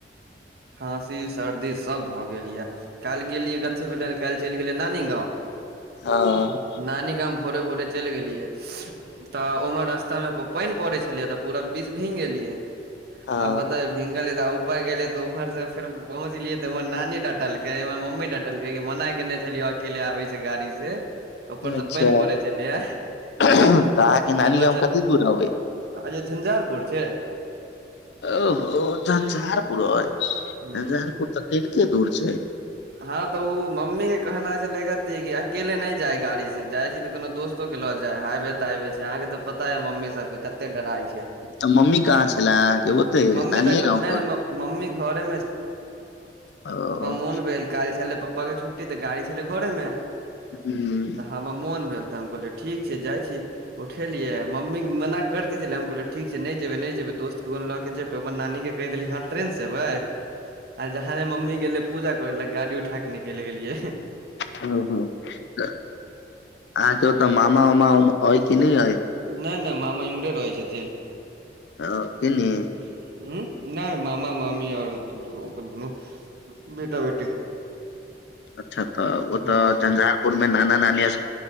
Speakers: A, on the right; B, on the left.
A: खाँसी सर्दी सब भऽ गेल यऽ। काल्हि गेलियै अथि बला लग काल्हि चलि गेलियै नानी गाँव।
B: हँ।
A: नानी गाम भोरे भोरे चलि गेलियै। तऽ उमहर रास्ता मे एगो पानि पड़ै छलैये तऽ पूरा विष भींग गेलियै
B: हँ
A: आब बताई भींगलिये त ऊपर गेलियै ते उमहर सँ फेर पहुंचलिये ते उमहर नानी डटलकै इमहर मम्मी डटल टलकै कि मना केने छलियौ अकेले आबै से गाड़ी से ऊपर सँ
B: अच्छा
A: पानि पड़ै छ्लै आ
B: तऽ
A: इमहर
B: अहाँके नानी गाम
A: से
B: कते दूर अबै
A: अय जे झंझारपुर छै?
B: ओहो झंझारपुर अय झंझारपुर
A: हूँ
B: तऽ कैनके दूर छै।
A: हँ तऽ ओ मम्मी के कहना छ्लै कथि कि अकेले नहि जाय गाड़ी से जाइ छी तऽ कोनो दोस्त तो के ल जाय हाइवे ताइवे छै, अहाँके त पता अछि मम्मी सब के कते डराय छै।
B: आ मम्मी कहाँ छले अहँके ओतै
A: मम्मी
B: नानिये
A: तऽ
B: गाँव
A: नहि
B: पर?
A: नहि मम्मी घरे
B: ओ।
A: फोन भेल काल्हि छलै पप्पा के छुट्टी तऽ गाड़ी छले घरेमे
B: हूं।
A: तऽ हमर मोन भेल तऽ हम कहलियैऽठीक छै जाइ छी उठेलियै मम्मीक मना करतै छलैय। हम कहलियै ठीक छै नैऽ जेबै नै जेबै दोस्तके कोनो लऽ जेबै ओ अपन नानीके कैह देलियै हँ ट्रेनसँ एबय? आ जहाँने मम्मी गेलै पूजा करय लय गाड़ी उठा कऽ निकैल गेलियै। एहं
B: हं- हं- त, अहांके ओतऽ मामा -वोमा अय की नह अय?
A: नै- नै मामा इमरे रहै छथिन।
B: कि
A: <unintelligible>
B: ने
A: उं? नै मामा -मामी और दु-दु-ओकर दुनू बेटा बेटी
B: अच्छा तऽ ओतऽ
A: हँ
B: झंझारपुर मे नाना- नानी अस